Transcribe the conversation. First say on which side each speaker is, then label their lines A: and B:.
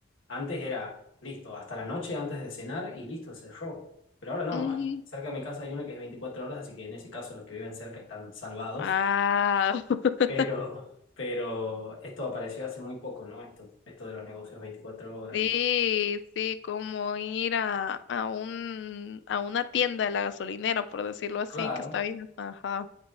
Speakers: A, on the left (about 80°); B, on the left (about 60°).
A: Antes era, listo, hasta la noche antes de cenar y listo, cerró. Pero ahora no,
B: ujú.
A: ahí cerca de mi casa hay una que es 24 horas, así que en ese caso los que viven cerca están salvados.
B: Ah,
A: <laughs>
B: <laughs>
A: Pero, pero esto apareció hace muy poco, ¿no? Esto, esto de los negocios 24 horas
B: sí,
A: y...
B: sí, como ir a, a un, a una tienda de la gasolinera, por decirlo así,
A: Claro,
B: que está bien. Ajá.